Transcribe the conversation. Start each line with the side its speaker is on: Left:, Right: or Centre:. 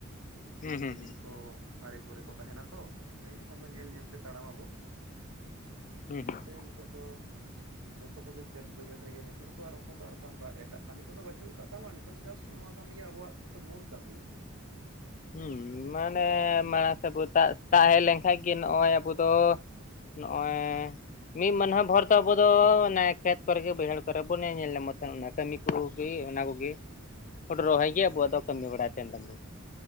Left: ᱦᱩᱸ
Right: ᱵᱤᱧ
Left: ᱦᱩᱸ ᱦᱩᱸ
Right: ᱠᱤᱫᱤᱧ
Left: ᱦᱩᱸ
Right: ᱠᱚ ᱟᱲᱮ ᱠᱚᱨᱮ ᱠᱚ ᱛᱟᱦᱮᱸᱱᱟ ᱛᱚ ᱛᱟᱦᱞᱮᱸ ᱤᱱᱟᱹ ᱠᱷᱟᱱ ᱫᱚ ᱧᱮᱞ ᱧᱮᱞ ᱛᱮ ᱛᱟᱲᱟᱢ ᱟᱵᱚ ᱤᱱᱟ.
Left: ᱦᱩᱸ
Right: ᱤᱱᱟᱹᱛᱮ
Left: ᱦᱩᱸ
Right: ᱱᱤᱛᱚᱜ ᱫᱚ ᱡᱚᱛᱚ ᱠᱚᱜᱮ ᱠᱷᱮᱛ ᱵᱟᱹᱭᱦᱟᱹᱲ ᱨᱮᱜᱮ ᱱᱤᱛᱚᱜ ᱛᱚ ᱟᱨ ᱚᱱᱠᱟ ᱛᱚ ᱟᱨ ᱮᱴᱟᱜ ᱠᱟᱹᱢᱤ ᱠᱚᱫᱚ ᱵᱟᱪᱩᱜ ᱟᱠᱟᱫ ᱛᱟᱵᱚᱱᱟ, ᱱᱤᱛᱚᱜ ᱡᱟᱥᱴ ᱱᱚᱣᱟ ᱠᱟᱹᱢᱤ ᱜᱮ ᱟᱵᱚᱣᱟᱜ, ᱢᱩᱞ ᱠᱟᱹᱢᱤ
Left: ᱦᱮᱸ ᱢᱟᱱᱮ ᱢᱟᱲᱟᱝ ᱥᱮᱫ ᱫᱟᱜ ᱦᱮᱡᱢ ᱞᱮᱱᱠᱷᱟᱡ ᱜᱮ ᱱᱚᱜᱼᱚᱭ ᱟᱵᱚ ᱫᱚ ᱾ ᱱᱚᱜᱼᱚᱭ ᱢᱤᱫ ᱢᱟᱹᱱᱦᱟᱹ ᱵᱷᱳᱨ ᱫᱚ ᱟᱵᱚ ᱫᱚ ᱚᱱᱮ ᱠᱷᱮᱛ ᱠᱚᱨᱮ ᱜᱮ ᱵᱟᱭᱦᱟᱹᱲ ᱠᱚᱨᱮ ᱵᱚᱱ ᱧᱮᱞ ᱧᱟᱢᱟ ᱠᱟᱹᱢᱤ ᱠᱚᱜᱮ ᱚᱱᱟ ᱠᱚᱜ ᱜᱮ ᱦᱚᱲᱚ ᱨᱚᱦᱚᱭ
Right: ᱦᱮᱸ
Left: ᱜᱮ ᱟᱵᱚᱣᱟᱜ ᱫᱚ ᱠᱟᱹᱢᱤ ᱵᱟᱲᱟ ᱠᱮᱱ ᱛᱟᱵᱚᱱᱟ